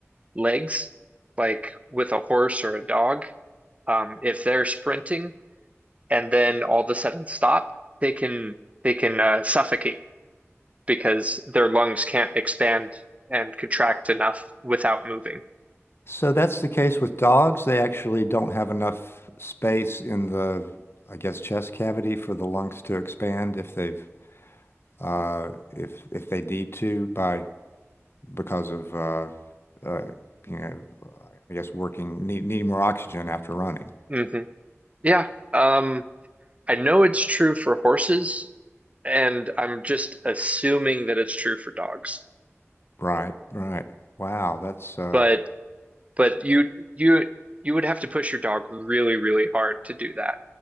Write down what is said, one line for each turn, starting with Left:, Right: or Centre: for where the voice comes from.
Right: legs like with a horse or a dog. Um, if they're sprinting and then all of a sudden stop, they can they can uh, suffocate because their lungs can't expand and contract enough without moving.
Left: So that's the case with dogs. They actually don't have enough space in the, I guess, chest cavity for the lungs to expand if they've uh, if if they need to by because of uh, uh, you know, I guess working need, needing more oxygen after running.
Right: hmm Yeah. Um, I know it's true for horses, and I'm just assuming that it's true for dogs.
Left: Right, right. Wow, that's uh,
Right: But but you you you would have to push your dog really, really hard to do that.